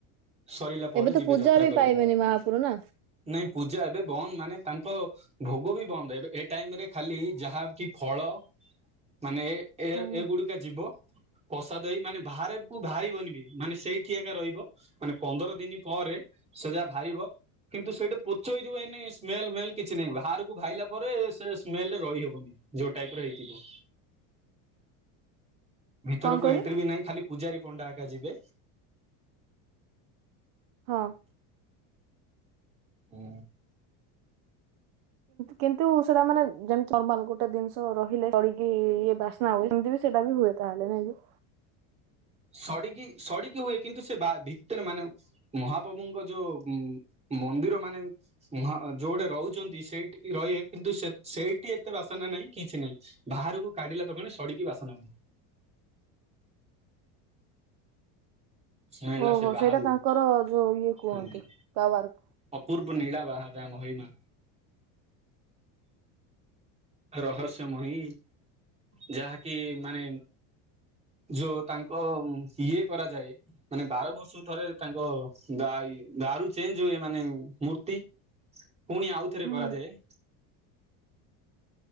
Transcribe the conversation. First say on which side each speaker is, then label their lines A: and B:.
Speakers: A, on the right; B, on the right.
A: ସରିଲା ପରେ
B: ଏବେ ତ
A: ଯିବେ
B: ପୂଜା
A: ଯାତ୍ରା
B: ବି
A: କରିବାକୁ
B: ପାଇବେନି ମହାପୁରୁ ନା।
A: ନାଇଁ ପୂଜା ଏବେ ବନ୍ଦ ମାନେ ତାଙ୍କ ଭୋଗ ବି ବନ୍ଦ ହେବେ ଏ ଟାଇମ ରେ ଖାଲି ଯାହା କି ଫଳ ମାନେ ଏ
B: ହୁଁ
A: ଏ ଏଗୁଡିକ ଯିବ। କଷାଦଇ ମାନେ ବାହାରକୁୁ ବାହାରି ବନିବି ମାନେ ସେଇଠି ଏବେ ରହିବ। ମାନେ ପନ୍ଦର ଦିନି ପରେ ସେ ଯାହା ଭାଇବ। କିନ୍ତୁ ସେଇଟି ପୋଚ ହେଇଯିବ ଏନି ସ୍ମେଲ୍ ମେଲ୍ କିଛି ନାହିଁ ବାହାରକୁ ଭାଇିଲା ପରେ ସେ ସ୍ମେଲ ରେ ରହିହବନି। ଯୋଉ ଟାଇପ ର ହେଇଥିବ। ଭିତରକୁ
B: କଣ କହିଲେ
A: ଏଣ୍ଟ୍ରି ବି ନାହିଁ ଖାଲି ପୂଜାରୀ ପଣ୍ଡା ଏକା ଯିବେ।
B: ହଁ।
A: ହୁଁ।
B: କିନ୍ତୁ ସେଟା ମାନେ ଯେମିତି ନର୍ମାଲ ଗୋଟେ ଜିନିଷ ରହିଲେ ଚଢିକି ଇଏ ବାସ ନାଁ ଆହୁରି ସେମିତି ବି ସେବାବି ହୁଏ ତାହେଲେ ନାଇଁ କି।
A: ସଡିକି ସଡିକି ହୁଏ କିନ୍ତୁ ସେ ବା ଭିତରେ ମାନେ ମହାପ୍ରଭୁଙ୍କ ଯୋଉ ମୋ ମନ୍ଦିର ମାନେ। ହଁ ଯୋଉଟା ରହୁଛନ୍ତି ସେଇଠିକି ରହିବେ କିନ୍ତୁ ସେଇଠି ଏତେ ବାସନା ନାହିଁ କିଛି ନାହିଁ। ବାହାରକୁ କାଢିଲା ତ କଣ ସଡିକି ବାସନା ହୁଏ। ସ୍ମେଲ ଟା
B: ଓହୋ
A: ସେ ବାହାରୁ
B: ସେଇଟା ତାଙ୍କର
A: ହୁଁ।
B: ଯୋଉ ଇଏ କୁହନ୍ତି ପାୱାର।
A: ଅପୂର୍ବ ନୀଳା ବାହା ଯାହା ମହିମା। ରହସ୍ୟମୟୀ ଯାହାକି ମାନେ ଯଉ ତାଙ୍କ ଇଏ କରାଯାଏ। ମାନେ ବାର ବର୍ଷକୁ ଥରେ ତାଙ୍କ ଦାଇ ଦାରୁ ଚେଞ୍ଜ ହୁଏ ମାନେ ମୂର୍ତ୍ତି। ପୁଣି ଆଉଥରେ
B: ହୁଁ
A: କରାଯାଏ।